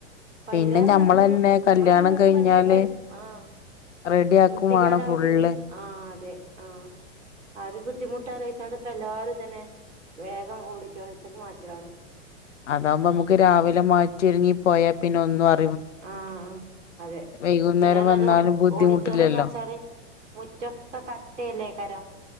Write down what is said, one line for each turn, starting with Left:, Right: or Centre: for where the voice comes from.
Right: പൈലേറെ
Left: പിന്നെ ഞമ്മളെന്നെ
Right: നല്ലത് ഞമ്മള്
Left: കല്യാണം
Right: വീടും
Left: കഴിഞ്ഞാല്
Right: പരിസരോം ര് ആഹ്
Left: റെഡി ആക്കും
Right: വൃത്തികേടാവലെതി
Left: വാണം ഫുള്ള്
Right: ആഹ് അതെ ആഹ് ആ ഒര് ബുദ്ധിമുട്ട് ആരോചിക്കാണ്ട് ഇപ്പ എല്ലാരും ഇതന്നെ വേഗം ഓഡിറ്റോറിയത്തില് മാറ്റലാണ്
Left: അതാവുമ്പോ നമുക്ക് രാവിലെ മാറ്റിരുങ്ങി പോയാ പിന്നെ ഒന്നും അ
Right: ആഹ് അതെ
Left: വൈകുന്നേരം
Right: പിന്നെന്നാല്ലോ
Left: വന്നാലും ബുദ്ധിമുട്ടില്ലല്ലോ
Right: ഓഡിറ്റോറിയം എന്ന് വെച്ചാല് മുറ്റൊക്കെ കട്ടയല്ലേകരം